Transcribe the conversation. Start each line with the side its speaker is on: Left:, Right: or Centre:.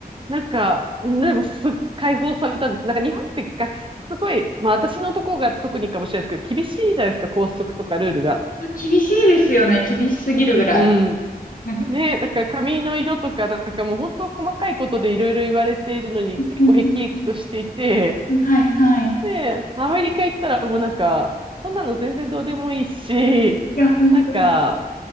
Right: なんか、でもすっ解放されたんです。なんか日本って学生、すごい、まあ私のとこが特にかもしれないですけど、厳しいじゃないですか、校則とかルールが。
Left: <laughs> 厳しいですよね。厳しすぎるぐらい。
Right: うん。
Left: <laughs>
Right: ねだから髪の色とかなんかもう本当細かいことでいろいろ言われているのに結構辟易としていて、
Left: うんうんうんはい、はい。い
Right: で、アメリカ行ったらもうなんか、そんなの全然どうでもいいし、
Left: や、本当に。
Right: なんか、